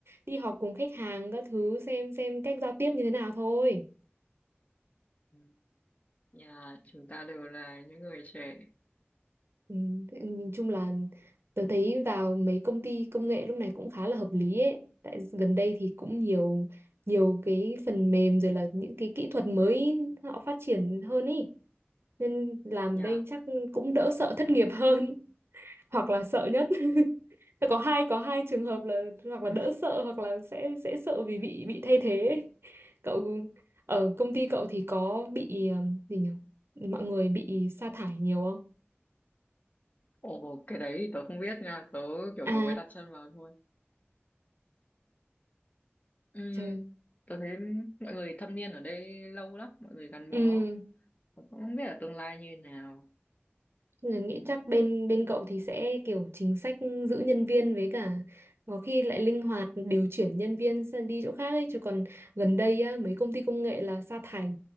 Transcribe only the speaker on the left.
ừ. nhà chúng ta đều là những người trẻ
nhà
ừ.
<laughs>
ồ cái đấy thì tớ không biết nha tớ kiểu
vừa mới đặt chân vào thôi Ừ,
tôi thấy mọi người thâm niên ở đây lâu lắm, mọi người gắn
bó Mà cũng không biết ở tương lai như nào
ừ,